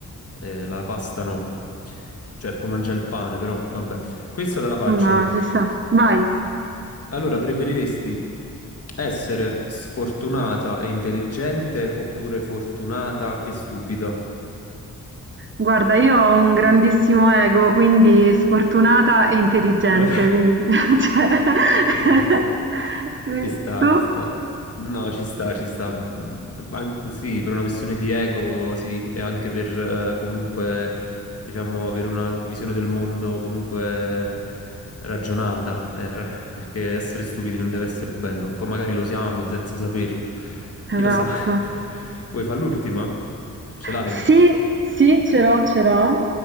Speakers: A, on the left; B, on the right.
A: Eh, la pasta no, cioè puoi mangiare il pane, però vabbè, questa te la faccio.
B: ma ci sta. Vai.
A: Allora, preferiresti essere sfortunata e intelligente oppure fortunata e stupida?
B: Guarda, io ho un grandissimo ego, quindi sfortunata e intelligente,
A: Cioè,
B: quindi <laughs> cioè, <laughs>
A: ci sta, ci sta,
B: tu?
A: ci sta. No, ci sta, ci sta. Mm, an- sì, per una questione di ego, sì, e anche per eh, comunque, diciamo, avere una visione del mondo comunque ragionata, eh, ra- perché essere stupidi non deve essere bello. Poi magari lo siamo senza saperlo. Chi
B: Esatto.
A: lo sa? <laughs> Vuoi fare l'ultima? Ce l'hai?
B: Sì, sì, ce l'ho, ce l'ho.